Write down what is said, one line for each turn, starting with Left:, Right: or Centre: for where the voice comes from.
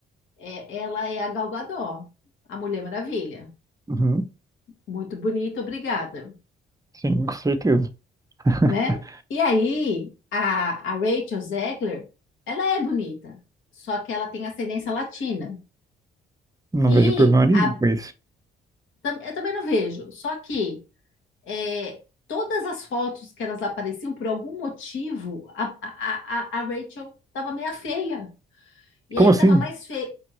Left: é, ela é a Gal Gadot, a Mulher Maravilha.
Right: Uhum,
Left: Muito bonita, obrigada,
Right: Sim, com certeza. <laughs>
Left: né? E aí, a, a Rachel Zegler, ela é bonita, só que ela tem ascendência latina.
Right: Não vejo
Left: E
Right: problema nenhum
Left: a-
Right: com isso.
Left: tam- eu também não vejo, só que é, todas as fotos que elas apareciam, por algum motivo, a, a, a a Rachel estava meia feia. E
Right: Como
Left: aí
Right: assim?
Left: tava mais feia,